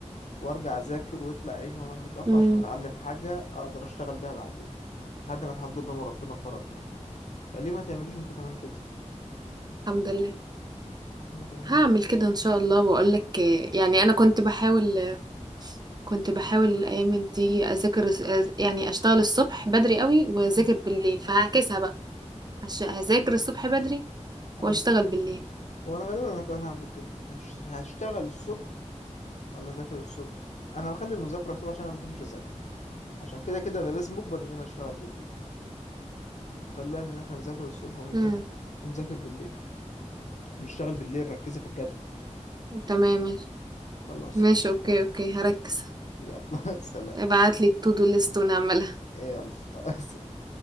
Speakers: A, on the left (about 70°); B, on the right (about 35°).
A: وارجع اذاكر ويطلع عيني وانام متأخر
B: مم.
A: عشان اتعلم حاجة اقدر اشتغل بيها بعدين لحد ما الحمد لله ما ربنا كرم يعني فليه ما تعمليش انت كمان كده
B: الحمد لله
A: يرحمكم الله
B: هعمل كده ان شاء الله واقول لك يعني انا كنت بحاول كنت بحاول الايام دي اذاكر أز- يعني اشتغل الصبح بدري قوي واذاكر
A: مم.
B: بالليل فهعكسها بقى عش- هذاكر
A: هو
B: الصبح بدري
A: ألف
B: واشتغل بالليل
A: وانا غالبا انا كمان هعمل كده هش- هشتغل الصبح ولا اذاكر الصبح انا بخلي المذاكره الصبح عشان انا ما بحبش اذاكر عشان كده كده انا لازم اجبر ان انا اشتغل بالليل خلاني ان احنا نذاكر الصبح ون
B: مم.
A: ايه ونذاكر بالليل ونشتغل بالليل ركزي في الجدول
B: تمام ماشي
A: خلاص
B: ماشي
A: قشطة
B: اوكي اوكي هركز
A: يلا <laughs> سلام
B: ابعت لي التو دو ليست ونعملها
A: يلا <laughs> سلام.